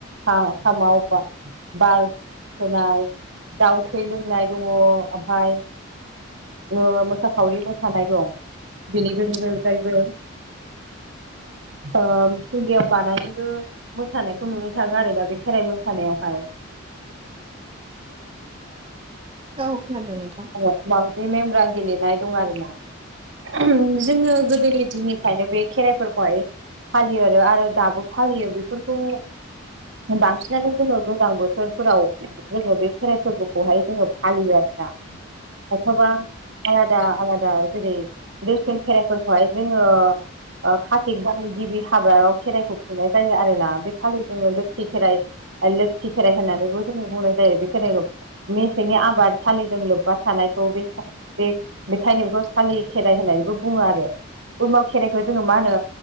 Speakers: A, on the right; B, on the right.
A: खा-खामाव बार होनाय दाव थै लोंनाय दङ ओमफाय बो मोसाखावरि मोसानाय दं बेनि गेजेरजों अनगायबो ओ थुगेयाव गानानैबो मोसानायखौ नुनो थाङो आरोना बे खेराइ मोसानायावहाय
B: औ खोनादों नोंथां।
A: <inaudible> माउजि मेमब्रा गेलेनाय दं आरो ना। उम जोङो गोदोनि दिननिफ्रायनो बे खेराइफोरखौहाय फालियो आरो आरो दाबो फालियो बेफोरखौ बांसिनानो जोङो गोजां बोथोरफोराव जोङो बे खेराइ फोरबोखौहाय जोङो फालियो आरोना अथ'बा आलादा-आलादा जेरै दोरसोन खेराइफोरखौहाय जोङो ओ खाथिग दाननि गिबि हाबायाव खेराइखौ खुंनाय जायो आरोना, बे खालि जोङो लोखि खेराइ लोखि खेराइ होननानै खौबो जोङो बुंनाय जायो बे खेराइखौ मेसेंनि आबाद सालिजों लोब बा थानायखौ बे-बे बेखायनो बेखौ सालि खेराइ होननानैबो बुङो आरो उरमा खेराइखौ जोङो मा होनो